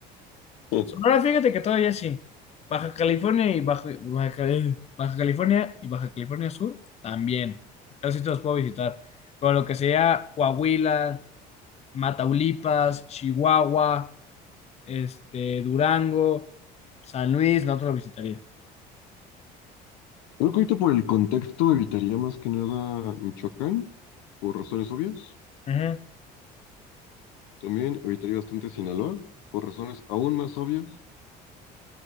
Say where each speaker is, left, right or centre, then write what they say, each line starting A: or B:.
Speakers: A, on the left; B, on the left.
A: Eh,
B: Sonora, fíjate que todavía sí. Baja California y Baja, Baja, Cali- Baja California y Baja California Sur también. Esos sí te los puedo visitar. Pero lo que sea Coahuila, Mataulipas, Chihuahua, este, Durango, San Luis, no te lo visitaría.
A: Creo que ahorita por el contexto evitaría más que nada Michoacán, por razones obvias.
B: Ujú.
A: También evitaría bastante Sinaloa, por razones aún más obvias.